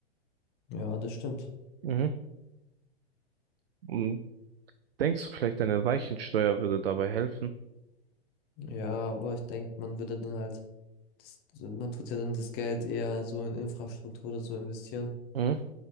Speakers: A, on the left (about 30°); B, on the right (about 65°).
A: Ja, das stimmt.
B: Mhm. Und denkst du vielleicht, eine Weichensteuer würde dabei helfen?
A: Ja, aber ich denke, man würde dann halt, das, man tut ja dann das Geld eher so in Infrastruktur oder so investieren.
B: Mhm.